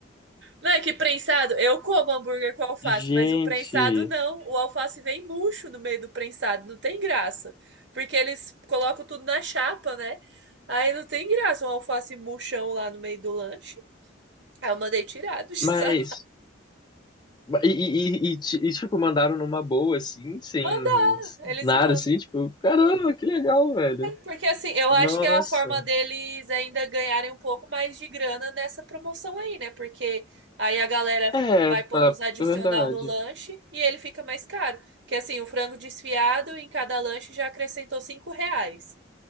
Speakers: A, on the right; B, on the left.
A: Véi, que prensado. Eu como hambúrguer com alface,
B: Gente,
A: mas o prensado não. O alface vem murcho no meio do prensado, não tem graça. Porque eles colocam tudo na chapa, né? Aí não tem graça um alface murchão lá no meio do lanche. Aí eu mandei tirar do <laughs> sal.
B: mas. E, e, e, e, ti- e, tipo, mandaram numa boa, assim, sem
A: Mandar, eles
B: nada,
A: mandam.
B: assim, tipo, caramba, que legal, velho.
A: Porque assim, eu
B: Nossa.
A: acho que é a forma deles ainda ganharem um pouco mais de grana nessa promoção aí, né? Porque aí a galera
B: É,
A: vai pondo
B: pra...
A: os adicional
B: é verdade.
A: no lanche e ele fica mais caro. Porque assim, o frango desfiado em cada lanche já acrescentou 5 reais.